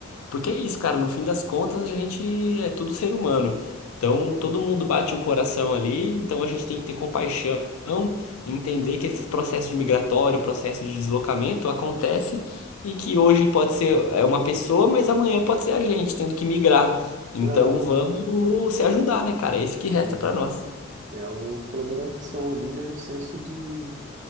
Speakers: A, on the left; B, on the right.
A: Porque é isso, cara, no fim das contas a gente é tudo ser humano. Então todo mundo bate um coração ali, então a gente tem que ter compaixão, entender que esse processo de migratório, processo de deslocamento acontece e que hoje pode ser é, uma pessoa, mas amanhã pode ser a gente tendo que migrar. Então
B: Ah,
A: vamos se ajudar, né, cara? É isso que resta
B: hum,
A: pra nós.
B: é a colaboração ali, né? O senso de,